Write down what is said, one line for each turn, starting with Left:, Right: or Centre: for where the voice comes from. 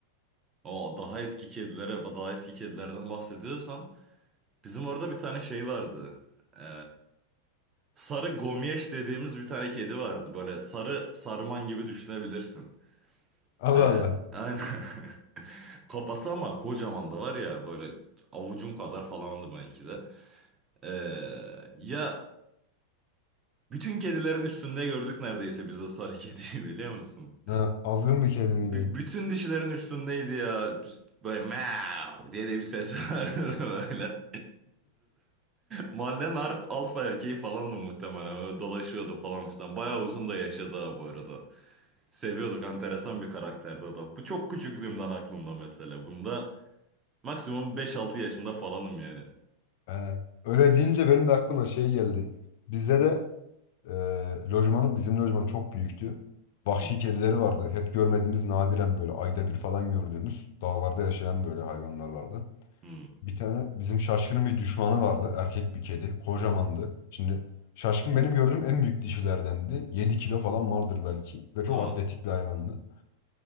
Right: O daha eski kedilere daha eski kedilerden bahsediyorsan bizim orada bir tane şey vardı. Ee, sarı gomyeş dediğimiz bir tane kedi vardı. Böyle sarı sarman gibi düşünebilirsin.
Left: Allah
Right: Ee,
Left: Allah.
Right: aynen. <laughs> Kafası ama kocaman da var ya böyle avucum kadar falandı belki de. Ee, ya bütün kedilerin üstünde gördük neredeyse biz o sarı kediyi <laughs> biliyor musun?
Left: Ha, azgın bir kedi miydi?
Right: B- bütün dişilerin üstündeydi ya. Böyle meow diye de bir ses vardı <laughs> böyle. Mahallenin alf alfa erkeği falan da muhtemelen öyle dolaşıyordu falan filan. Bayağı uzun da yaşadı ha bu arada. Seviyorduk enteresan bir karakterdi o da. Bu çok küçüklüğümden aklımda mesela. Bunda maksimum beş altı yaşında falanım yani.
Left: Ha, öyle deyince benim de aklıma şey geldi. Bizde de Ee, lojmanın bizim lojman çok büyüktü. Vahşi
Right: Hmm.
Left: kedileri vardı. Hep görmediğimiz nadiren böyle ayda bir falan gördüğümüz dağlarda yaşayan böyle hayvanlar vardı.
Right: Hmm.
Left: Bir tane bizim Şaşkın'ın bir düşmanı vardı. Erkek bir kedi. Kocamandı. Şimdi Şaşkın benim gördüğüm en büyük dişilerdendi. 7 kilo falan vardır belki. Ve çok
Right: o.
Left: atletik bir hayvandı.